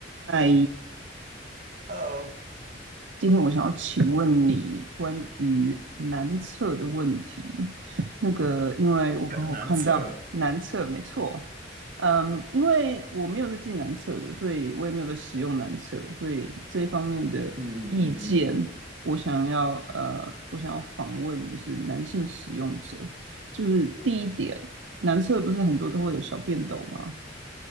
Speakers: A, on the right (about 70°); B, on the right (about 50°).
A: 嗨，
B: h e
A: 今天我想要请问你关于男厕的问题。那个，因为我刚好看到男厕，
B: l <laughs> 难测，
A: 没错，嗯，因为我没有在进男厕的，所以我也没有在使用男厕，所以这一方面的意见，
B: 嗯嗯嗯嗯，
A: 我想要呃，我想要访问就是男性使用者，就是第一点，男厕不是很多都会有小便斗吗？